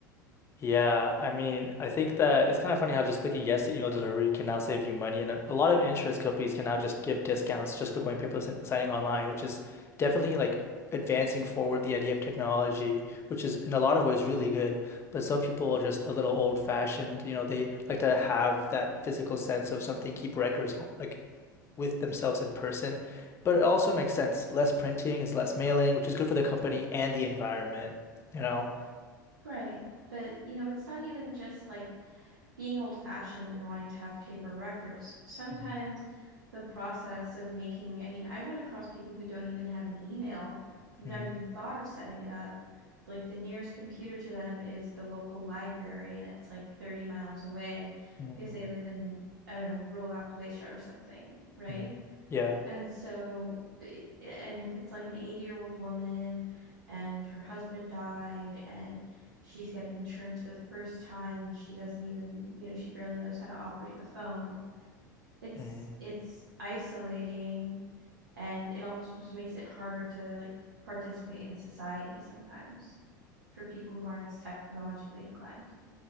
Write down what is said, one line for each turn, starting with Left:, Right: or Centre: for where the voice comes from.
Left: Yeah, I mean, I think that it's kind of funny how just clicking yes to email delivery can now save you money, and a a lot of insurance companies can now just give discounts just for going paperless and signing online, which is definitely like advancing forward the idea of technology, which is in a lot of ways really good. But some people are just a little old-fashioned, you know, they like to have that physical sense of something, keep records o- like with themselves in person. But it also makes sense. Less printing is less mailing, which is good for the company and the environment, you know?
Right: Right, but, you know, it's not even just, like, being old fashioned and wanting to have paper records, sometimes
Left: Mhm.
Right: the process of making I mean, I run across people who don't even have an email, have
Left: Mhm.
Right: never even thought of setting it up. Like the nearest computer to them is the local library and it's like 30 miles away
Left: Mhm.
Right: because they live in, I don't know, rural Appalachia or something, right?
Left: Mm. Yeah.
Right: And so, eh, and if it's like an 80-year-old woman and her husband died and she's getting insurance for the first time and she doesn't even, you know, she barely knows how to operate the phone, it's
Left: Mm.
Right: it's isolating and it almost makes it harder to like participate in society sometimes for people who aren't as technologically inclined.